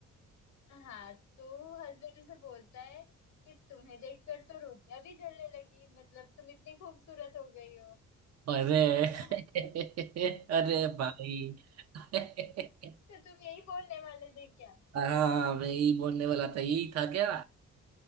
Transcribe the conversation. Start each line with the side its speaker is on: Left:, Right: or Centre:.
Left: हाँ तो हस्बैंड उसे बोलता है कि तुम्हें देखकर तो रोटियां भी जलने लगी मतलब तुम इतनी खूबसूरत हो गई हो
Right: अरे
Left: <laughs> तो
Right: <laughs> अरे भाई <laughs>
Left: तुम यही बोलने वाले थे क्या
Right: हाँ मैं यही बोलने वाला था यही था क्या